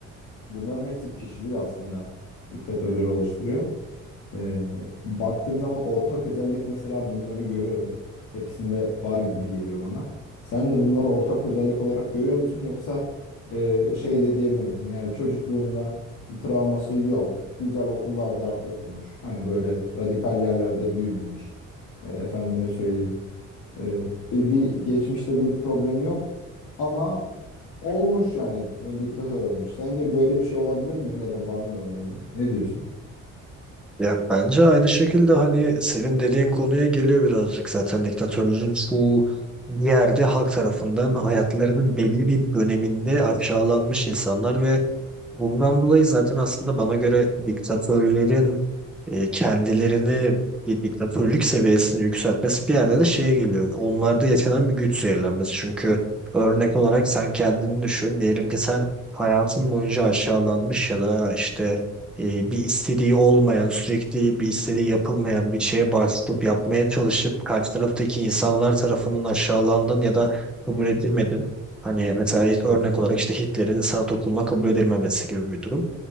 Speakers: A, on the left (about 80°); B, in the centre.
A: Bunların hepsi pişiriyor aslında. Diktatörleri oluşturuyor. Ee, baktığım zaman ortak özellik mesela bunları görüyorum. Hepsinde var gibi geliyor bana. Sen de bunları ortak özellik olarak görüyor musun? Yoksa e, şey de diyebilir misin? Yani çocukluğunda bir travması yok. Güzel okullarda okumuş. Hani böyle radikal yerlerde büyümemiş. E, efendime söyleyeyim. E, bir, bir geçmişte bir problem yok. Ama olmuş yani e, diktatör olmuş. Sence böyle bir şey olabilir mi ya da var mı örneği? Ne diyorsun?
B: Ya bence aynı şekilde hani senin dediğin konuya geliyor birazcık zaten diktatörlerin çoğu bir yerde halk tarafından hayatlarının belli bir döneminde aşağılanmış insanlar ve Bundan dolayı zaten aslında bana göre diktatörlerin e, kendilerini bir diktatörlük seviyesini yükseltmesi bir yerde de şeye geliyor. Onlarda yaşanan bir güç zehirlenmesi. Çünkü örnek olarak sen kendini düşün. Diyelim ki sen hayatın boyunca aşağılanmış ya da işte e, bir istediği olmayan, sürekli bir istediği yapılmayan bir şeye başvurup yapmaya çalışıp karşı taraftaki insanlar tarafından aşağılandın ya da kabul edilmedin. Hani mesela örnek
A: Hı hı.
B: olarak işte Hitler'in sanat okuluna kabul edilmemesi gibi bir durum.